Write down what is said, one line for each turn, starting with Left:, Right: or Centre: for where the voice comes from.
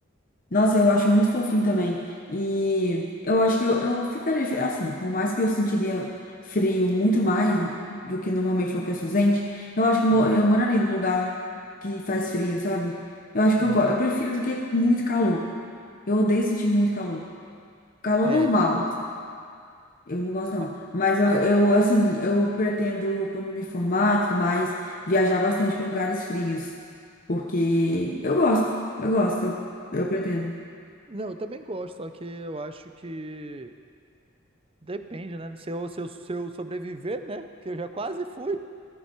Left: Nossa, eu acho muito fofinho também. E eu acho que eu, eu ficaria fe- assim, por mais que eu sentiria frio muito mais do que normalmente uma pessoa sente, eu acho que eu, mo-
Right: Hum,
Left: eu moraria num lugar que faz frio, sabe? Eu acho que
Right: hum.
Left: eu, go- eu prefiro do que muito calor. Eu odeio sentir muito calor. Calor
Right: É.
Left: normal, eu não gosto não.
Right: ma-
Left: Mas eu, eu, assim, eu pretendo, quando me formar, tudo mais, viajar bastante para lugares frios. Porque eu gosto, eu gosto, eu, eu pretendo.
Right: Não, eu também gosto, só que eu acho que depende, né? No seu, seu, seu sobreviver, né? Que eu já quase fui.